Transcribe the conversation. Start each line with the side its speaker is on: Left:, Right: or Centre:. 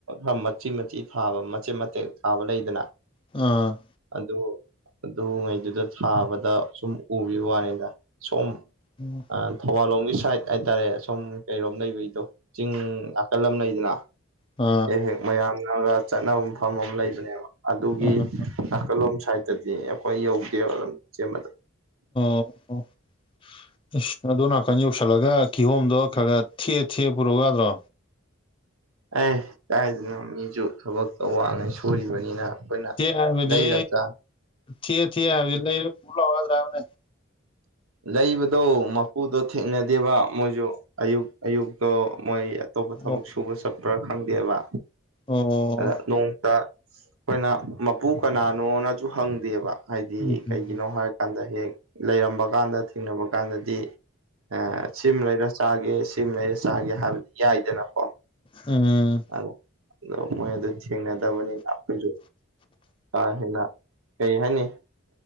Right: ꯑꯃ ꯃꯆꯤꯟ ꯃꯊꯤ ꯐꯥꯕ ꯃꯆꯦꯠ ꯃꯇꯦꯠ ꯊꯥꯕ ꯂꯩꯗꯅ
Left: ꯎꯝ
Right: ꯑꯗꯨ ꯑꯗꯨꯉꯩꯗꯨꯗ ꯊꯥꯕꯗ ꯁꯨꯝ ꯎꯕꯤ ꯋꯥꯅꯤꯗ ꯁꯣꯝ
Left: ꯎꯝ
Right: ꯑ ꯊꯧꯕꯥꯜꯂꯣꯝꯒꯤ ꯁꯥꯏꯠ ꯍꯥꯏꯇꯥꯔꯦ ꯑꯁꯣꯝ ꯀꯩꯔꯣꯝ ꯂꯩꯕꯩꯗꯣ ꯆꯤꯡ ꯅꯥꯀꯜ ꯑꯃ ꯂꯩꯗꯅ
Left: ꯑꯥ
Right: ꯍꯦꯛ ꯍꯦꯛ ꯃꯌꯥꯝꯒ ꯆꯠꯅꯕ ꯃꯐꯝ ꯑꯃ ꯂꯩꯕꯅꯦꯕ ꯑꯗꯨꯒꯤ
Left: ꯑꯣ
Right: ꯅꯥꯀꯜꯂꯣꯝ ꯁꯥꯏꯗꯠꯇꯗꯤ ꯑꯩꯈꯣꯏ ꯌꯧꯗꯦꯕ ꯂꯝ ꯁꯦꯝꯕꯗ
Left: <inaudible> ꯏꯁ ꯑꯗꯣꯝ ꯅꯥꯀꯟ ꯌꯧꯁꯜꯂꯒ ꯀꯤꯍꯣꯝꯗꯣ ꯈꯒ ꯊꯦꯛꯑ ꯊꯦꯛꯑ ꯄꯨꯔꯛꯎ ꯌꯥꯗ꯭ꯔꯣ꯫
Right: ꯑꯦ ꯀꯥꯏꯗꯩꯅ ꯃꯤꯁꯨ ꯊꯕꯛꯇꯣ ꯋꯥꯅ ꯁꯨꯔꯤꯕꯅꯤꯅ꯫ ꯑꯩꯈꯣꯏꯅ
Left: ꯍꯥꯕꯗꯤ
Right: ꯂꯩꯔ ꯆꯥ
Left: ꯊꯦꯛꯑ ꯊꯦꯛꯑ ꯍꯥꯏꯕꯗꯤ ꯂꯩꯔ ꯄꯨꯔ ꯂꯥꯛꯎ ꯌꯥꯗ꯭ꯔ ꯍꯥꯏꯕꯅꯦ꯫
Right: ꯂꯩꯕꯗꯣ ꯃꯄꯨꯗꯣ ꯊꯦꯡꯅꯗꯦꯕ ꯃꯣꯏꯁꯨ ꯑꯌꯨꯛ ꯑꯌꯨꯛꯇꯣ ꯃꯣꯏ ꯑꯇꯣꯞꯄ ꯊꯕꯛ
Left: ꯑꯣ
Right: ꯁꯨꯕ ꯆꯠꯄ꯭ꯔꯥ ꯈꯪꯗꯦꯕ
Left: ꯑꯣ
Right: ꯑꯗ ꯅꯣꯡꯇ ꯑꯩꯈꯣꯏꯅ ꯃꯄꯨ ꯀꯅꯥꯅꯣꯅꯁꯨ ꯍꯪꯗꯦꯕ ꯍꯥꯏꯗꯤ
Left: ꯎꯝ
Right: ꯀꯩꯒꯤꯅꯣ ꯍꯥꯏꯔꯀꯥꯟꯗ ꯍꯦꯛ ꯂꯩꯔꯝꯕ ꯀꯥꯟꯗ ꯊꯦꯡꯅꯕ ꯀꯥꯟꯗꯗꯤ꯫ ꯑ ꯁꯤꯃ ꯂꯩꯔ ꯆꯥꯒꯦ ꯁꯤꯃ ꯂꯩꯔ ꯆꯥꯒꯦ ꯍꯥꯏꯕꯗꯤ ꯌꯥꯏꯗꯅꯀꯣ
Left: ꯎꯝ
Right: ꯑ ꯑꯗꯣ ꯃꯣꯏ ꯑꯗꯨ ꯊꯦꯡꯅꯗꯕꯅꯤꯅ ꯑꯩꯈꯣꯏꯁꯨ ꯀꯥ ꯍꯦꯟꯅ ꯀꯩ ꯍꯥꯏꯅꯤ꯫